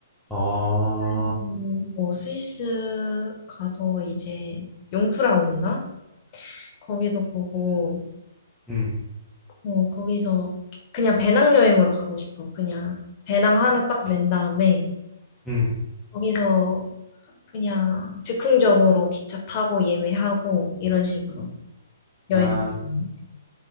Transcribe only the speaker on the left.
그래서 뭐 스위스 가서 이제 융프라우인가? 거기도 보고,
어, 거기서 그냥 배낭여행으로 가고 싶어. 그냥 배낭 하나 딱 맨 다음에
거기서 그냥 즉흥적으로 기차 타고 예매하고 이런 식으로 여행.
다니는 거지.